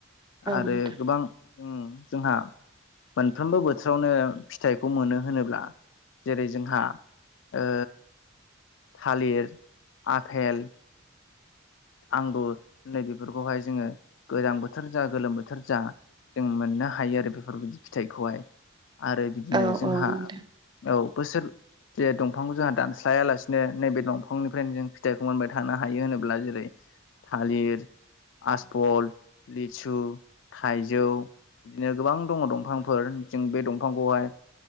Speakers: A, on the left; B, on the right.
A: आरो
B: नोंथां
A: गोबां उम- जोंहा मोनफ्रोमबो बोथोरावनो फिथाइखौ मोनो होनोब्ला जेरै जोंहा ओ थालिर आफेल आंगुर नै बेफोरखौहाय जोङो गोजां बोथोर जा गोलोम बोथोर जा जों मोननो हायो आरो बेफोरबायदि फिथाइखौहाय आरो बिदिनो
B: औ
A: जोंहा
B: औ नोंथां
A: औ बोसोर जे दंफांखौ जोंहा दानस्लायालासिनो नैबे दंफांनिफ्रायनो जों फिथाइखौ मोनबाय थानो हायो होनोब्ला जेरै थालिर आसफल लिसु थाइजौ बिदिनो गोबां दङ दंफांफोर जों बे दंफांखौहाय